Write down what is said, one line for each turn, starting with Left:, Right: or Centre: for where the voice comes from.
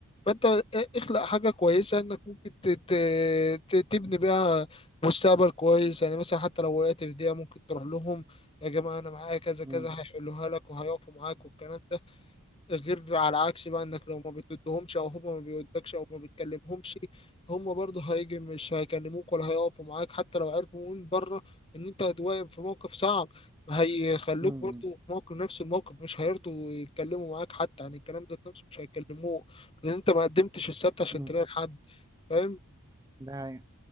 Left: فانت ا- اخلق حاجه كويسه انك ممكن ت- ت- ت- تبني بيها مستقبل كويس يعني مثلا حتى لو وقعت في دقيقه ممكن تروح لهم يا جماعه انا معايا كذا
Right: مم.
Left: كذا هيحلوها لك وهيقفوا معاك والكلام ده غير على عكس بقى انك لو ما بتدهمش او هما ما بيودكش او ما بتكلمهمش هما برضه هيجي مش هيكلموك ولا هيقفوا معاك حتى لو عرفوا من بره ان انت هتواجه في موقف صعب هيخلوك
Right: مم.
Left: برضه في موقف نفس الموقف مش هيرضوا يتكلموا معاك حتى يعني الكلام ده نفسه مش هيكلموه لان انت ما قدمتش السبت عشان
Right: مم.
Left: تلاقي حد فاهم
Right: ده